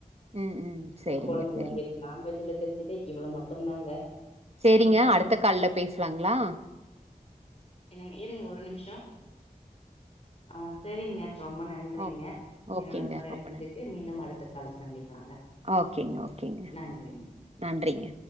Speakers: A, on the right; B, on the left.
A: ம் ம் சேரிங்க
B: ஒரு கொழம்புங்க
A: சேரிங்க
B: எனக்கு நான்வெஜ்ல தெரிஞ்சது இவ்ளோ மட்டுந்தாங்க
A: சேரிங்க
B: அப்புறம்
A: அடுத்த கால்ல பேசலாங்ளா
B: என்னங் இருங்க ஒரு நிம்ஷோ ஆ செரிங்க ரொம்ப நன் றிங்க
A: ஓகேங்க ஓகேங்க
B: என்னோட கால்ல
A: ரொம்ப
B: எடுத்ததுக்கு
A: நன்றி
B: மீண்டு அடுத்த கால்ல சந்திக்கலாங்க
A: ஓகேங்க ஓகேங்க
B: நன்றிங்க
A: நன்றிங்க